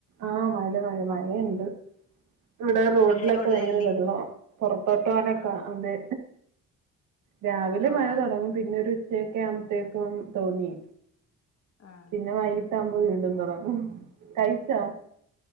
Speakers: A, on the right; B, on the left.
A: ആഹ മഴ മഴ മഴയെണ്ട് ഇവിടെ റോഡിലക്കെ
B: മഴയ ഉള്ളല്ലേ
A: ഭയങ്കര വെള്ളാ പോറത്തോട്ട് പോനൊക്കെ
B: ആ
A: അതെ രാവിലെ
B: ആ
A: മഴ തുടങ്ങും പിന്നോരു ച്ചേക്ക്മ്പത്തേക്കും തോന്നി
B: ആ
A: പിന്നെ വൈയ് ട്ടാ മ്പോ വീണ്ടും തുടങ്ങും കഴിച്ചോ